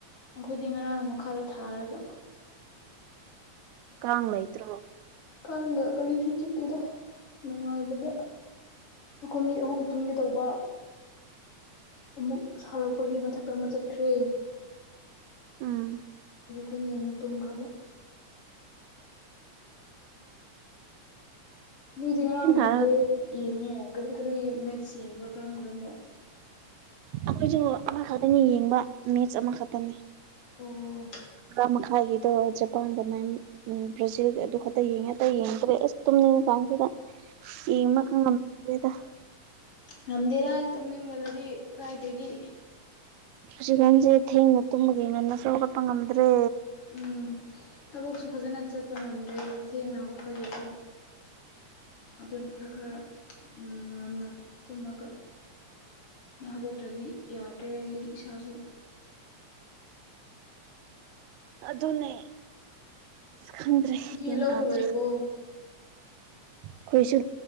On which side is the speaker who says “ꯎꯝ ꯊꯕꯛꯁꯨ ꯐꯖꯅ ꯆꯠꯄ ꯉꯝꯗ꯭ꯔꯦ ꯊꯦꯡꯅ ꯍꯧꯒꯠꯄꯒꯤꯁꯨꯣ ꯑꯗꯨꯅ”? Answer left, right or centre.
Left